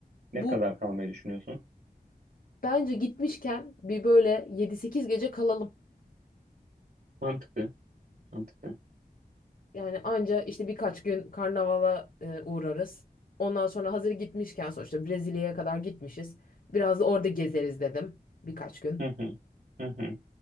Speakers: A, on the right; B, on the left.
A: Ne
B: Bu
A: kadar kalmayı düşünüyorsun?
B: bence gitmişken bir böyle yedi sekiz gece kalalım.
A: Mantıklı. Mantıklı.
B: Yani anca işte birkaç gün karnavala e, uğrarız. Ondan sonra hazır gitmişken sonuçta Brezilya'ya kadar gitmişiz. Biraz da orada gezeriz dedim birkaç gün.
A: Hı hı. Hı hı.